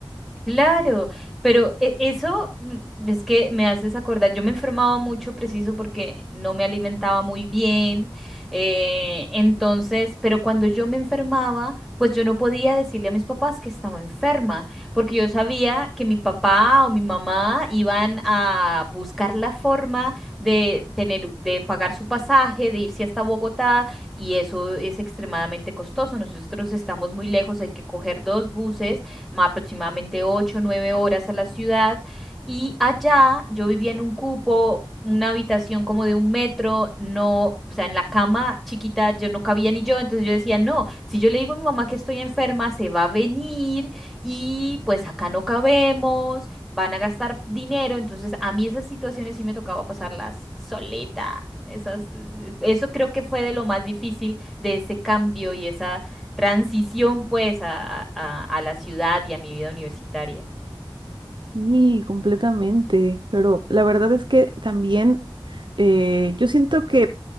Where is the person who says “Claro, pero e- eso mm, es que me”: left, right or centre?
Centre